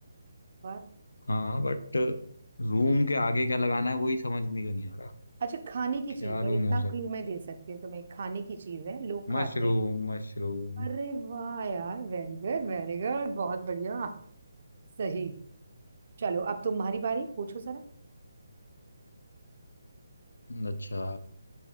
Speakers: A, on the right (about 55°); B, on the left (about 75°).
A: पर
B: हाँ बट रूम के आगे क्या लगाना है वही समझ नहीं नहीं आ रहा
A: अच्छा खाने की
B: क्या
A: चीज
B: रूम
A: है इतना
B: हो सकता
A: क्लू मैं
B: है
A: दे सकती हूँ तुम्हें खाने की चीज है लोग खाते
B: Mushroom
A: हैं
B: mushroom
A: अरे वाह यार वेरी गुड वेरी गुड बहुत बढ़िया सही चलो अब तुम्हारी बारी पूछो जरा
B: अच्छा